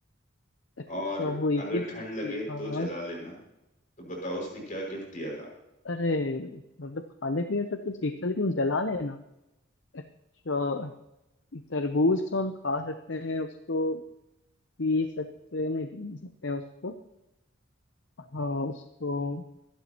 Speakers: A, on the left; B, on the left.
A: अच्छा
B: और
A: वो एक
B: अगर
A: ही चीज
B: ठंड लगे
A: थी
B: तो
A: हाँ हाँ
B: जला लेना तो बताओ उसने क्या गिफ्ट दिया था
A: अरे मतलब खाने पीने तक तो ठीक था लेकिन जला लेना अच्छा तरबूज तो हम खा सकते हैं उसको पी सकते हैं नहीं पी नहीं सकते हैं उसको हाँ उसको